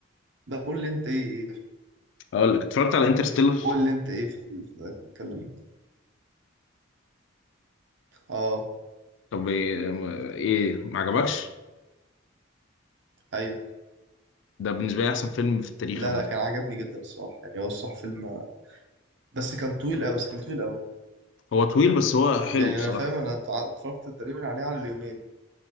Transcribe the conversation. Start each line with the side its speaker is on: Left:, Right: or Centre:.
Right: بقول لي انت ايه إيه-
Left: اقول لك اتفرجت على انترستيلر
Right: قول لي انت ايه في في- بتتكلم انت اه
Left: طب ايه إيه، ما عجبكش
Right: ايوه
Left: ده بالنسبه لي احسن فيلم في التاريخ
Right: لا
Left: عامه
Right: لا كان عجبني جدا الصراحة يعني هو الصراحة فيلم بس كان طويل أوي بس كان طويل أوي
Left: هو طويل بس هو حلو
Right: يعني
Left: بصراحه
Right: أنا فاهم أنا اتع- اتفرجت تقريبا عليه على اليومين